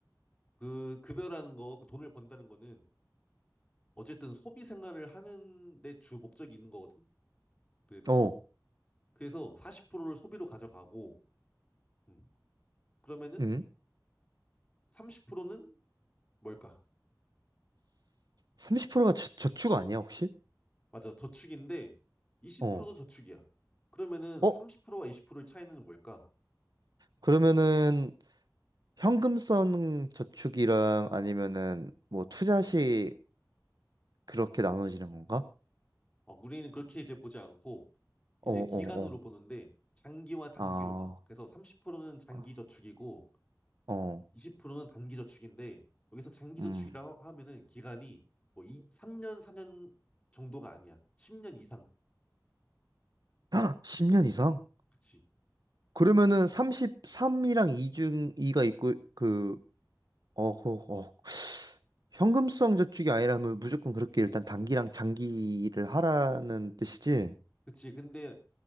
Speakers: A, on the left; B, on the right.
A: 그 급여라는 거, 그 돈을 번다는 거는 어쨌든 소비 생활을 하는 데 주 목적이 있는 거거든. 그래도.
B: 어,
A: 그래서 40%를 소비로 가져가고, 음, 그러면은
B: 응?
A: 30%는 뭘까?
B: 30%가 저, 저축 아니야, 혹시?
A: 맞아, 저축인데 20%도
B: 어.
A: 저축이야. 그러면은
B: 어?
A: 30%와 20%의 차이는 뭘까?
B: 그러면은 현금성 저축이랑 아니면은 뭐 투자식 그렇게 나눠지는 건가?
A: 어, 우리는 그렇게 이제 보지 않고,
B: 어,
A: 이제
B: 어,
A: 기간으로
B: 어.
A: 보는데, 장기와 단기로
B: 아,
A: 봐. 그래서 30%는 장기
B: 아,
A: 저축이고,
B: 어,
A: 20%는 단기 저축인데, 여기서 장기
B: 음.
A: 저축이라 하면은 기간이 뭐 이, 3년, 4년 정도가 아니야. 10년 이상.
B: <gasps> 10년 이상?
A: 그치.
B: 그러면은 33이랑 2중 2가 있고 그 어, 그, 어, 현금성 저축이 아니라면 무조건 그렇게 일단 단기랑 장기를 하라는 뜻이지.
A: 그치. 근데